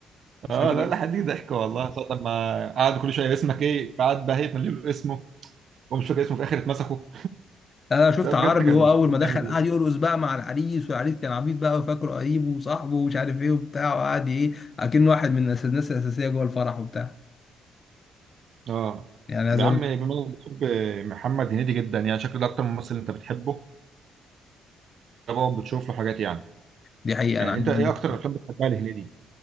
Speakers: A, on the right; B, on the left.
A: اه
B: فاكر
A: لا
B: ايه
A: لا حد ضحك والله طب ما قعد كل شويه اسمك ايه فقعد بقى هيتملي له اسمه ومش فاكر اسمه في الاخر اتمسكوا
B: انا شفت
A: لا بجد
B: عربي
A: كان
B: هو
A: مسلسل
B: اول ما دخل
A: جامد يعني.
B: قعد يرقص بقى مع العريس والعريس كان عبيط بقى وفاكره قريبه وصاحبه ومش عارف ايه وبتاع وقعد ايه اكنه واحد من الناس الناس الاساسيه جوه الفرح وبتاع
A: اه
B: يعني عايز
A: يا
B: اقول
A: عم
B: لك
A: بما انك بتحب محمد هنيدي جدا يعني شكله ده اكتر ممثل انت بتحبه ومتابعه وبتشوف له حاجات يعني
B: دي حقيقه
A: يعني
B: انا عايز
A: انت
B: أقول
A: ايه اكتر
B: لك.
A: افلام بتحبها لهنيدي